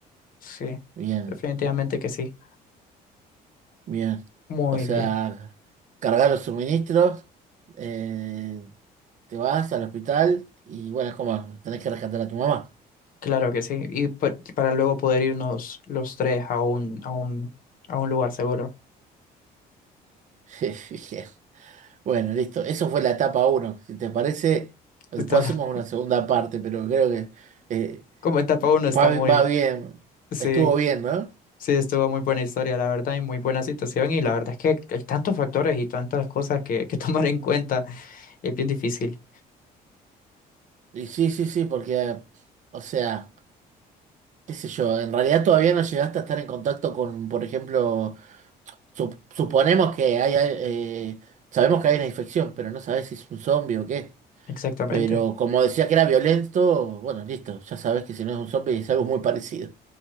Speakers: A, on the left; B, on the right.
A: Sí,
B: bien,
A: definitivamente que sí.
B: bien.
A: Muy
B: O sea,
A: bien,
B: cargar los suministros, eh, Te vas al hospital y bueno, es como tenés que rescatar a tu mamá.
A: claro que sí. Y pa- para luego poder irnos los tres a un, a un, a un lugar seguro.
B: <laughs> Bueno, listo. Eso fue la etapa uno Si te parece, después
A: Está,
B: hacemos
A: <laughs>
B: una segunda parte, pero creo que eh,
A: como etapa uno
B: va,
A: está muy...
B: va bien.
A: Sí.
B: Estuvo bien, ¿no?
A: Sí, estuvo muy buena historia, la verdad, y muy buena situación. Y la verdad es que hay tantos factores y tantas cosas que, que <laughs> tomar en cuenta. Es bien difícil.
B: Y sí, sí, sí, porque, eh, o sea, qué sé yo, en realidad todavía no llegaste a estar en contacto con, por ejemplo, sup- suponemos que hay, eh, sabemos que hay una infección, pero no sabes si es un zombie o qué.
A: Exactamente.
B: Pero como decía que era violento, bueno, listo, ya sabes que si no es un zombie es algo muy parecido.